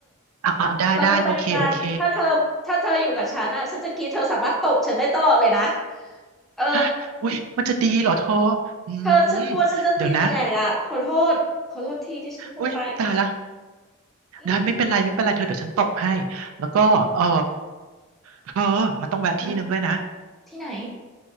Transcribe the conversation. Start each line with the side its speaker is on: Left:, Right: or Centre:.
Right: อ่ะอ่ะได้ได้โอเคโอเค
Centre: เราต้องไปด้วยกันถ้าเธอถ้าเธออยู่กับฉันอ่ะฉันจะกรี๊ดเธอสามารถตบฉันได้ตลอดเลยนะเออ
Right: ฮะอุ้ยมันจะดีเหรอเธออื
Centre: เธอฉันกลัวฉันจะตีแตกอ่ะขอโทษขอโทษทีที่ฉันพูดไป
Right: มเดี๋ยวนะอุ้ยตายละ
Centre: อืม
Right: ได้ไม่เป็นไรไม่เป็นไรเธอเดี๋ยวฉันตบให้แล้วก็เออเธอมันต้องแวะที่หนึ่งด้วยนะ
Centre: ฮะที่ไหน